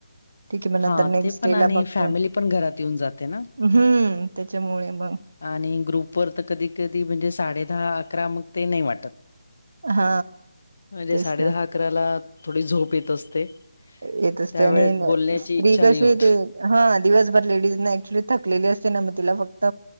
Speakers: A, on the right (about 70°); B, on the left (about 55°).
A: ठीक आहे मग
B: हा
A: नंतर नेक्स्ट
B: ते पण
A: डे
B: आणि
A: ला बघतोय
B: फॅमिली पण घरात येऊन जाते ना.
A: हम्म त्याच्यामुळे मग
B: आणि ग्रुप वर तर कधी कधी म्हणजे साडे दहा अ नाही वा
A: हा
B: म्हण.
A: तेच ना
B: कला थोडी झोप येत असते.
A: येतच
B: त्यावेळेस
A: त्यानी
B: बोलण्याची
A: स्त्री
B: इच्छा
A: कशी?
B: नाही होत.
A: हा दिवसभर लेडीज ऍक्च्युली थलेली असते ना मग तिला फक्त